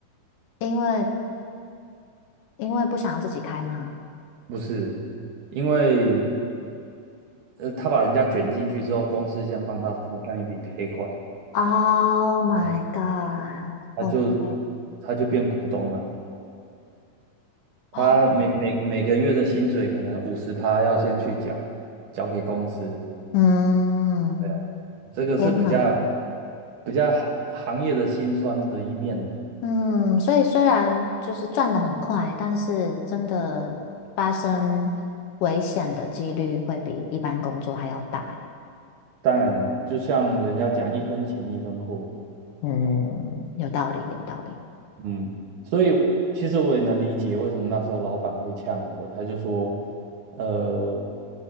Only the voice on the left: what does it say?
因为因为不想要自己开吗
？Oh my
god，OK，
哦，
嗯，
天哪，
嗯，所以虽然就是赚得很快，但是真的发生危险的几率会比一般工作还要大耶
嗯，有道理，有道理，